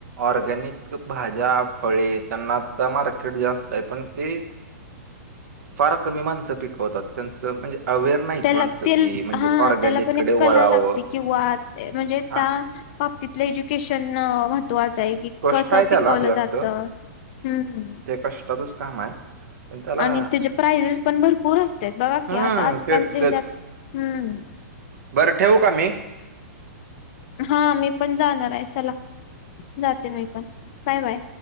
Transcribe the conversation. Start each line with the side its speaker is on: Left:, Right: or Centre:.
Right: ऑर्गॅनिक भाज्या फळे त्यांना तर मार्केट जास्त आहे पण ते फार कमी माणसं पिकवतात त्यांचं म्हणजे अवेअर नाहीत
Left: त्याला
Right: माणसं
Left: तेल
Right: की म्हणजे
Left: हा
Right: ऑर्गॅनिककडे
Left: त्याला पण एक
Right: वळावं
Left: कला लागते किंवा म्हणजे
Right: हा
Left: त्या बाबतीतलं एज्युकेशन महत्त्वाच आहे कि
Right: कष्ट
Left: कसं
Right: आहे त्याला
Left: पिकवलं
Right: जास्त
Left: जातं हम्म
Right: ते कष्टातच काम आहे पण त्याला
Left: आणि त्याचे प्राइजेस पण भरपूर असते बघा
Right: हम्म
Left: की आता आजकालच्या
Right: तेच तेच
Left: हच्यात हम्म.
Right: बरं ठेवू का मी.
Left: हा मी पण जाणार आहे चला जाते मी पण बाय बाय